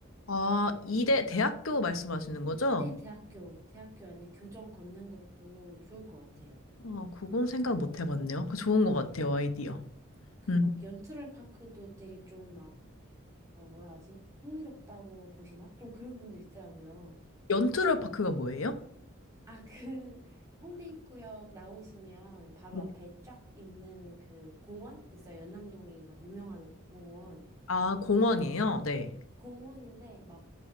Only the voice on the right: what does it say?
네, 대학교, 대학교 안에 교정 걷는 것도 좋을 것 같아요.
그
막 연트럴 파크도 되게 좀 막, 어, 뭐라 하지? 흥미롭다고 보시나? 좀 그런 분들 있더라고요. <laughs>
아, 그 홍대 입구역 나오시면 바로
앞에 쫙 있는 그 공원 있어요. 연남동이 막 유명한 공원.
공원인데 막